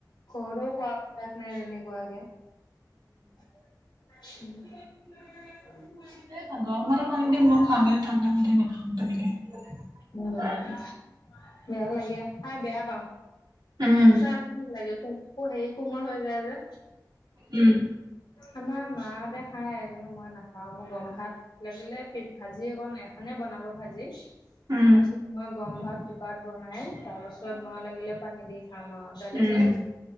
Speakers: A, on the left; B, on the right.
A: ঘৰতোঁ খোৱা অভ্যাস নাই নাই তেনেকুৱাকে আা <unintelligible>
B: এ গৰম ভাতৰ পানী দি মই খাওঁৱে ঠাণ্ডা ভাতঁ হে নাখাওঁ তেনেকে
A: উম বেয়া লাগে খাই বেয়া পাওঁ
B: উম
A: কিবা লাগে সেই কোমল হৈ যায় যে
B: উম
A: আমাৰ মাঁ হতে খায় কিন্তু মই নাখাওঁ মোৰ গৰম ভাতঁ লাগিলে পি ভাজি যি অকন এখনে বনাব ভাজি
B: উম
A: তাইচত মই গৰম ভাত কুকাৰত বনাই তাৰপিছত মই লাগিলে পানী দি খাম আওঁ ডালি
B: উম
A: চালি